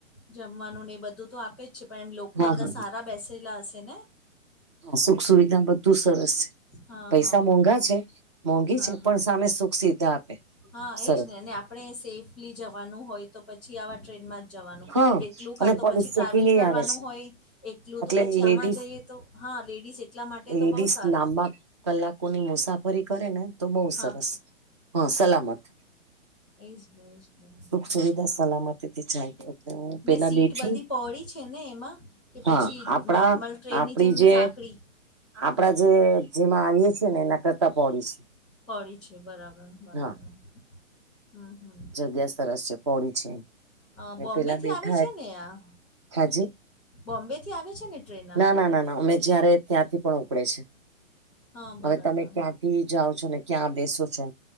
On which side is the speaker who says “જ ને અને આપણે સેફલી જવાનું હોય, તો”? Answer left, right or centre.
Centre